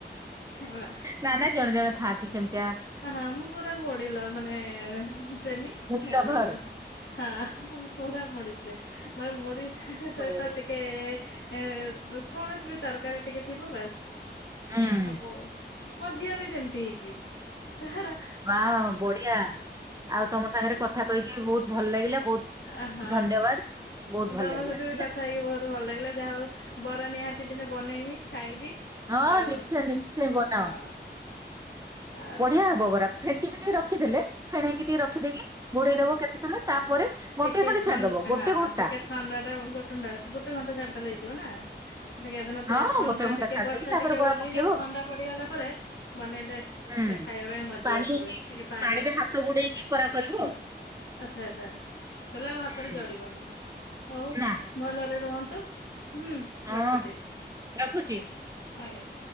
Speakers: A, on the left; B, on the right.
A: ହେଲା।
B: ନା ନାାଇ ଜଣେ ଜଣେ ଥାଆନ୍ତି ସେମିତିଆ
A: ହଁ ମୁଁ ପୁରା ମୋଡ଼ିଲ ମାନେ ପ୍ରେମୀ
B: ପୁରୀ ଲଭର।
A: ଆଉ ହଁ ମୁଁ ପୁରା ମଡିିପ୍ରେମର ମୁଡି
B: ହଉ।
A: ସହିତ ଟି ଟିକେ କୌଣସି ବି ତରକାରୀ ଟିକେ ଥିବ ବାସ୍
B: ହୁଁ।
A: ହବ ମୋ ଝିଅ ବି ସେମିତି ହେଇଛି। ତାର-
B: ବାହ ବଢିଆ ଆଉ ତମ ସାଙ୍ଗରେ କଥା କହିକି ବହୁତ ଭଲ ଲାଗିଲା ବହୁତ
A: ଅହଁ
B: ଧନ୍ୟବାଦ ବହୁତ ଭଲ
A: ତମ
B: ଲାଗିଲା
A: ସହିତ
B: ହେଲା।
A: ବି କଥା ହେଇକି ବହୁତ ଭଲ ଲାଗିଲା ଯାହା ହଉ ବରା ନିହାତି ଦିନେ ବନେଇବି ଖାଇବି
B: ହଁ
A: ଆଉ
B: ନିଶ୍ଚୟ ନିଶ୍ଚୟ ବନାଅ
A: ହଁ। ଆଉ
B: ବଢିଆ ହବ ବରା ଫେଟିକି ଟିକେ ରଖିଦେଥିଲେ ଫେଣେଇକି ଟିକେ ରଖିଦେଇକି ଘୋଡେଇଦବ କେତେ ସମୟ ତାପରେ
A: ଟିକେ
B: ଗୋଟିଏ ଖଣ୍ଡେ
A: ଥନ
B: ଛାଡିଦବ ଗୋଟେ
A: ହଁ
B: ଘଣ୍ଟା।
A: ଟିକେ ଥଣ୍ଡା ଟା ଗୋଟେ ଗୋଟେ ଘଣ୍ଟା ଛାଡିଦେଲେ ହେଇଯିବ ନା? ଏଦିନ ତେ
B: ହଁ
A: ଥଣ୍ଡା
B: ଗୋଟେ ଘଣ୍ଟା
A: ଟିକେ
B: ଛାଡି
A: ବର୍ଷା
B: ଦେଇକି ତାପରେ
A: ଟିକେ
B: ବରା
A: ଓଲ୍ଲେଇ
B: ପକେଇବ
A: ଯାଉ ଥଣ୍ଡା ପଡିଗଲା ପରେ ବନେଇଲେ ସେଖାଇବା
B: ହୁଁ
A: ପାଇଁ ମଜା
B: ପାଣି
A: ଆସିବ ଟିକେ ପାଗ
B: ପାଣିରେ ହାତ ବୁଡେଇକି ବରା କରିବ
A: ହୁଁ।
B: ଆଉ
A: ଆଛା ଆଚ୍ଛା। ତାହାଲେ ଆଉ ହାତରେ
B: ହୁଁ
A: ଝଡିବନି ହଉ
B: ନା
A: ଭଲରେ ରୁହନ୍ତୁ ହୁଁ।
B: ହଁ
A: ରଖୁଚି
B: ରଖୁଛି।
A: ଆଜ୍ଞା।